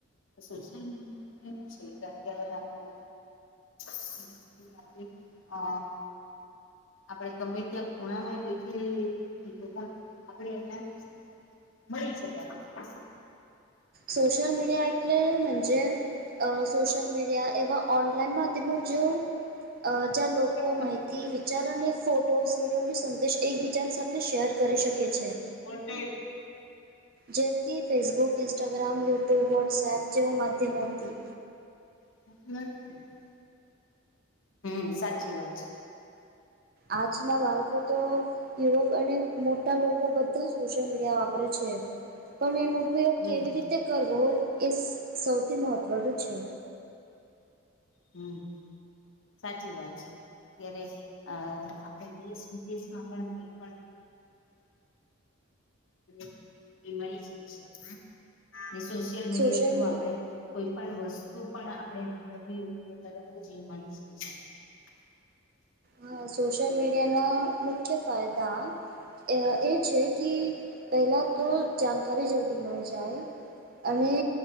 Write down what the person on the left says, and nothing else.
સોશિયલ મીડિયા એવું છે કે અત્યારે આપણે <inaudible> આપણે અ આપડે ગમે ત્યાં ખૂણામાં બેઠી રઈ તો પણ આપણે એના મળી જવાનુ
જયા
બોર્ડ ને
<unintelligible> હમ્મ સાચી વાત છે.
હમ
હમ્મ સાચી વાત છે. અત્યારે અ આપણે દેશ વિદેશમાં પણ કઈ પણ <unintelligible> એ મળી જાય છે વિશેષ સોશયલ મીડિયા
થ્રુ
આપણે કોઈ પણ વસ્તુ પણ આપણે મેળવવી હોય તો તરત જ એ મળી જાય આપણને